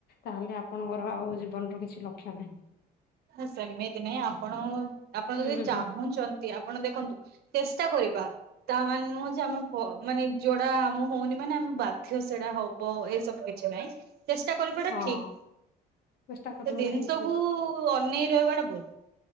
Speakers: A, on the left; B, on the right.
A: ତାହେଲେ ଆପଣଙ୍କର ଆଉ ଜୀବନର କିଛି ଲକ୍ଷ୍ୟ ନାହିଁ।
B: ସେମିତି ନାହିଁ ଆପଣ ଆପଣ
A: ହୁଁ
B: ଯଦି ଚାହୁଁଛନ୍ତି ଆପଣ ଦେଖନ୍ତୁ ଚେଷ୍ଟା କରିବା। ତା ମାନେ ନୁହଁ ଯେ ଆମ ମାନେ ଯୋଉଟା ଆମ ହଉନି ମାନେ ଆମେ ବାଧ୍ୟ ସେଟା ହବ ଏଇ ସବୁ। କିଛି ନାହିଁ ଚେଷ୍ଟା କରିବାଟା
A: ହଁ
B: ଠିକ୍
A: ଚେଷ୍ଟା କରିବାଟା
B: ତ ଜିନିଷକୁୁ
A: ହିଁ ଠିକ
B: ଅନେଇ ରହିବାଟା ଭୁଲ୍।